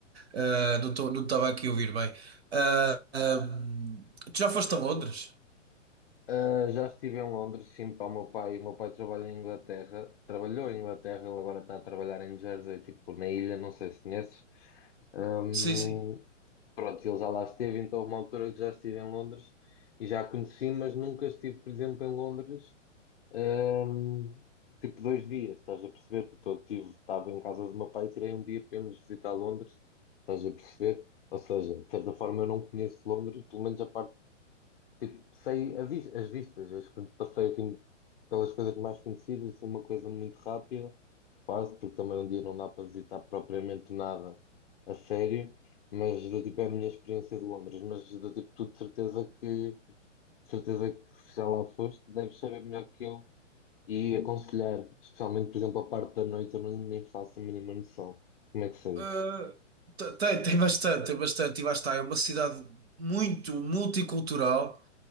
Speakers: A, on the right; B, on the left.
A: ah, não tô- não estava aqui a ouvir bem. Ah, ahm, tu já foste a Londres?
B: Ah, já estive em Londres, sim, para o meu pai. O meu pai trabalha em Inglaterra, trabalhou em Inglaterra, ele agora está a trabalhar em Jersey, tipo na ilha, não sei se conheces. Ahm,
A: Sim, sim.
B: Pronto, ele já lá esteve, então houve uma altura que já estive em Londres e já a conheci, mas nunca estive, por exemplo, em Londres Ahm, tipo, dois dias, estás a perceber? Tipo, eu tive, estava em casa do meu pai e tirei um dia para irmos visitar Londres, estás a perceber? Ou seja, de certa forma eu não conheço Londres, pelo menos a parte, tipo, sei a vis- as vistas, as que passei assim pelas coisas mais conhecidas, assim, uma coisa muito rápida, quase, porque também um dia não dá para visitar propriamente nada a sério, mas do tipo, é a minha experiência de Londres, mas do tipo, tu de certeza que, de certeza que se já lá foste, deves saber melhor que eu e aconselhar, especialmente, por exemplo, a parte da noite, eu não nem faço a mínima noção como é que seja.
A: Ah, te- tem, tem bastante, tem bastante. E lá está, é uma cidade muito multicultural.